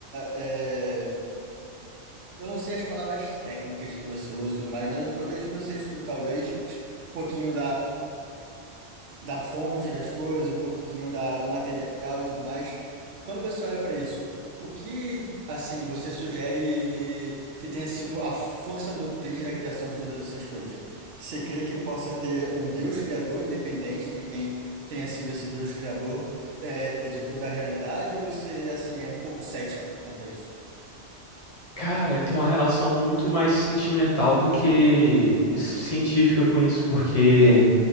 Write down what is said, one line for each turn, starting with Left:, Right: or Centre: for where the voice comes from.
Right: é, eu não sei as palavras técnicas que você usa e tudo mais, mas eu, eu vejo que você estuda talvez um pouquinho da fonte das coisas, um pouquinho da, do material e tudo mais. Quando você olha para isso, o que, assim, você sugere que tenha sido a força motriz da criação de todas essas coisas? Você crê que possa ter um Deus criador, independente de quem tenha sido esse Deus criador, é, de toda a realidade? Ou você, assim, é um pouco cético quanto a isso?
Left: Cara, eu tenho uma relação muito mais sentimental do que científica com isso, porque